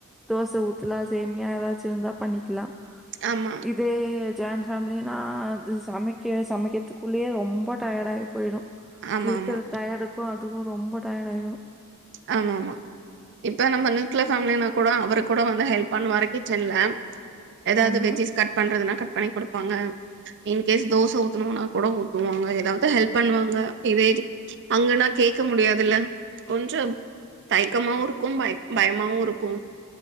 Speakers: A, in the centre; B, on the right.
A: தோச ஊத்தலா சேமியா ஏதாச்சு இருந்தா பண்ணிக்கலா
B: ஆமா
A: இதே ஜாயிண்ட் ஃபேமிலினா அது சமைக்க சமைக்றதுக்குள்ளேயே ரொம்ப டயர்டாகி போயிடு
B: ஆமா
A: இருக்கிற
B: ஆமா
A: டயர்டுக்கு அதுவு ரொம்ப டயர்ட் ஆயிடு
B: ஆமா ஆமா இப்போ நம்ம நியூக்ளியர் ஃபேமிலின்னா கூட அவரு கூட வந்து ஹெல்ப் பண்ணுவாரு கிச்சன்ல ஏதாவது
A: ஆமா,
B: வெஜ்ஜிஸ் கட் பண்றதுனா கட் பண்ணி கொடுப்பாங்க இன்கேஸ் தோச ஊத்தனுன்னா கூட ஊத்துவாங்க எதாவது ஹெல்ப் பண்ணுவாங்க இதே அங்கன்னா கேக்க முடியாதுல்ல கொஞ்சம் தைக்கமாவு இருக்கும் பய பயமாவு இருக்கு